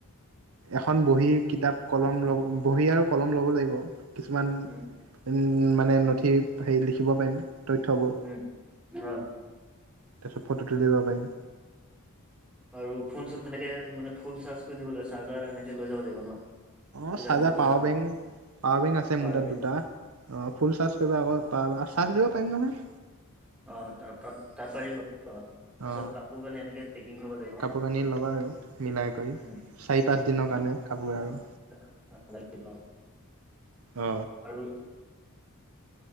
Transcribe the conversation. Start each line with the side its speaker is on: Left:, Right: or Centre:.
Right: এখন বহী, কিতাপ, কলম ল'ব বহী আৰু কলম ল'ব লাগিব। কিছুমান
Centre: উম।
Right: উম মানে নথি হেৰি লিখিব পাৰিম তথ্যবোৰ।
Centre: উম অ।
Right: তাৰপিছত ফটো তুলিব পাৰিম।
Centre: আৰু ফোন - চোন তেনেকে মানে ফুল চাৰ্জ কৰি নিব লাগিব, চাৰ্জাৰ এনেকে লৈ যাব লাগিব ন?
Right: অ
Centre: তেতিয়া
Right: চাৰ্জাৰ
Centre: সুবিধা
Right: পাৱাৰ
Centre: হ'ব
Right: বেংক, পাৱাৰ বেংক আছে
Centre: পাৱাৰ
Right: মোৰ তাত
Centre: বেংক
Right: দুটা। অ, ফুল চাৰ্জ কৰিবা আকৌ পাৰ আৰু চাৰ্জ দিব পাৰিম নহয়।
Centre: অ, তাত তাক তাত পাৰিব অ। তাৰপিছত
Right: অ,
Centre: কাপোৰ কানি এনেকে পেকিং কৰিব লাগিব
Right: কাপোৰ কানি ল'বা আৰু মিলাই কৰি।
Centre: উম,
Right: চাৰি - পাঁচদিনৰ কাৰণে কাপোৰ আৰু।
Centre: কিা <unintelligible>
Right: অ।
Centre: আৰু।